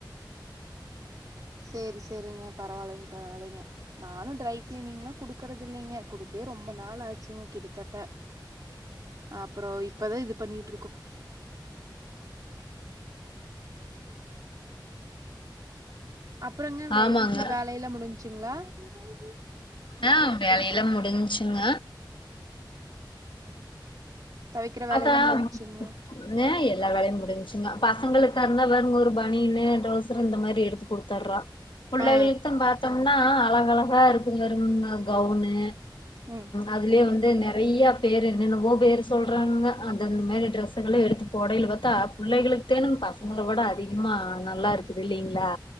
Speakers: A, on the right; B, on the left.
A: சரி சரிங்க பரவாயில்லைங்க பரவாயில்லைங்க நானும் ட்ரை கிளீனிங் எல்லாம் குடுக்கறது இல்லைங்க குடுத்தே ரொம்ப நாள் ஆச்சுங்க கிட்டத்தட்ட அப்புறம் இப்பதான் இது பண்ணிட்டு இருக்கோம் அப்புறங்க
B: ஆமாங்க
A: வீட்டுல வேலையெல்லா முடிஞ்சுங்களா போக
B: ஆஹ் வேலையல்லாம் முடிஞ்சுங்க
A: துவைக்கிற வேலையெல்லா
B: அதத்தா
A: முடிஞ்சுங்களா
B: எல்லா வேலையும் முடிஞங்க ங்க பசங்களுக்காக இருந்தா வேறங்க ஒரு பனீனு ட்ரௌசர் இந்த மாதிரி எடுத்து கொடுடுத்தடுறம் பிள்ளைகளுக்கும்
A: ஆ
B: பார்த்தோம்னா அழகா அழகா இரு கவு
A: ம்
B: அதுல வந்து ந <inaudible> ஐயா பேர் என்னென்னவோ பேர் சொலுறக சொறாங்க அந்த அந்த மாதிரி டிரெஸுகலே எடுத்து போடையல பார்த்தா பிள்ளைகளுக்கு தேணும்ன்னு பசங்களளை கூட அதிகமா நல்லா இருக்குது இல்லலைங்களா